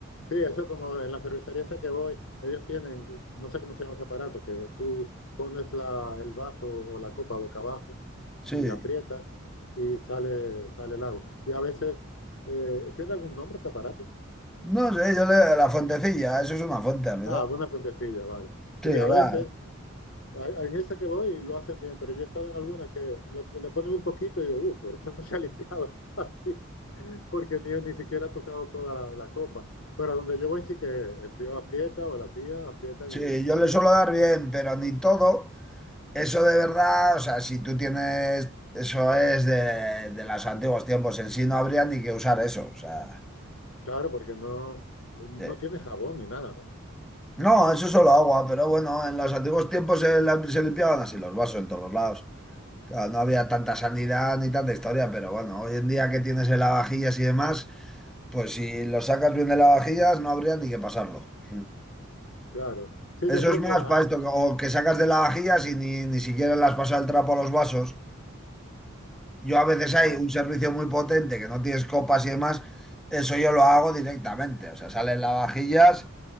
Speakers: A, on the left (about 65°); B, in the centre.
A: Sí, eso como en la cervecería esa que voy, ellos tienen, no sé cómo se llama ese aparato, que tú pones la, el vaso o la copa boca abajo
B: sí.
A: y aprietas y sale, sale el agua. Y a veces, eh, ¿tiene algún nombre ese aparato?
B: No sé, yo le... la fuentecilla, eso es una fuente, a mi
A: Ah,
B: edad.
A: una fuentecilla, vale. Y
B: Sí,
A: a veces
B: va.
A: a- En esa que voy lo hacen bien, pero yo he estado en algunas que le, le ponen un poquito y digo, uff, pero eso no se ha limpiado <laughs> así, porque ni, ni siquiera ha tocado toda la, la copa. Pero donde yo voy sí que el tío aprieta o la tía aprietan
B: Sí,
A: y, y
B: yo
A: sí
B: le
A: que,
B: suelo dar bien, pero ni todo. Eso de verdad, o sea, si tú tienes, eso es de, de los antiguos tiempos. En sí no habría ni que usar eso. O sea,
A: claro, porque no, no
B: eh,
A: tiene jabón ni nada, ¿no?
B: No, eso es solo agua, pero bueno, en los antiguos tiempos se, la- se limpiaban así los vasos en todos los lados. Claro, no había tanta sanidad ni tanta historia, pero bueno, hoy en día que tienes el lavavajillas y demás, pues si lo sacas bien de lavavajillas no habría ni que pasarlo. Mm.
A: Claro. Sí,
B: Eso
A: yo creo
B: es más
A: que, ah,
B: para esto, que- o que sacas de lavavajillas y ni, ni siquiera las pasas el trapo a los vasos. Yo a veces hay
A: claro.
B: un servicio muy potente que no tienes copas y demás, eso yo lo hago directamente, o sea, salen lavavajillas